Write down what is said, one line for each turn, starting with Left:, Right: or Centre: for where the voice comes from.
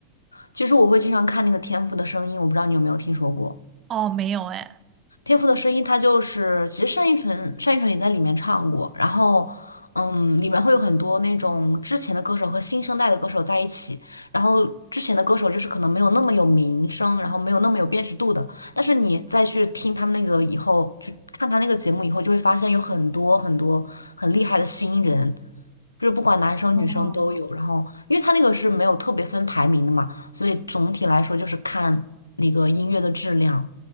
Left: 其实我会经常看那个《天赋的声音》，我不知道你有没有听说过。
Right: 哦，没有哎。
Left: 天赋的声音，它就是其实单依纯，单依纯也在里面唱过，然后嗯，里面会有很多那种之前的歌手和新生代的歌手在一起，然后之前的歌手就是可能没有那么有名声，然后没有那么有辨识度的，但是你再去听他们那个以后，去看他那个节目以后，就会发现有很多很多很厉害的新人。就是不管男生女生都有，
Right: 哦，
Left: 然后因为他那个是没有特别分排名的嘛，所以总体来说就是看那个音乐的质量。